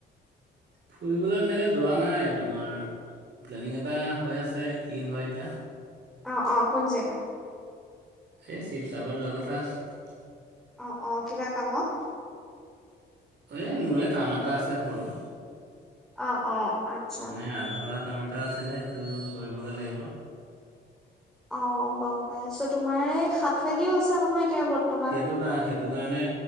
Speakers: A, on the right; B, in the centre.
A: ফুৰিবলৈ তেনেকে যোৱা নাই তোমাৰ । প্লেনিং এটা হৈ আছে কি হয় এতিয়া।
B: অ অ কোন জেগা?
A: সেই শিৱসাগৰ যোৱা কথা আছে।
B: অ অ কিবা কামত।
A: এ মোৰে কাম এটা আছে সৰু।
B: অঁ অঁ আচ্ছা।
A: মানে আধৰুৱা কাম এটা আছিলে সেইটো কৰিবগে লাগিব।
B: অ গম পাইছো, তোমাৰ এই হাত লাগিও আছে নহয়। এতিয়া বৰ্তমান
A: সেইটো কাৰ সেইটো কাৰণে